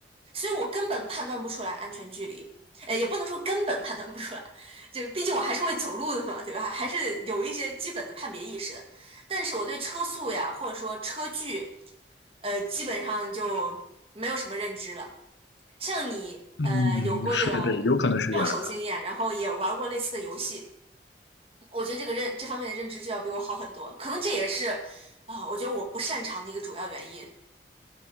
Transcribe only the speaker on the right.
所以我根本判断不出来安全距离，呃，也不能说根本判断不出来，就毕竟我还是会走路的嘛，对吧？还是有一些基本的判别意识的。但是我对车速呀，或者说车距，呃，基本上就没有什么认知了。像你，
呃，有过这个
上手经验，然后也玩过类似的游戏，我觉得这个认这方面的认知就要比我好很多。可能这也是啊，我觉得我不擅长的一个主要原因。